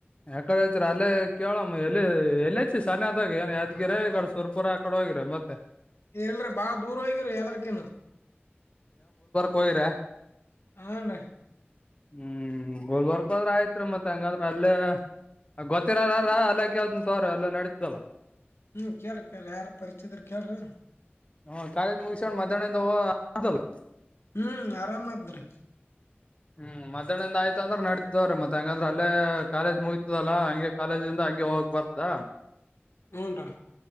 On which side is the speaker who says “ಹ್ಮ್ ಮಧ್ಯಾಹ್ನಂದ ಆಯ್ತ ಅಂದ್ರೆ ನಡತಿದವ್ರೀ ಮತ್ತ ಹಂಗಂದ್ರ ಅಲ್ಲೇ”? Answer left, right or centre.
Left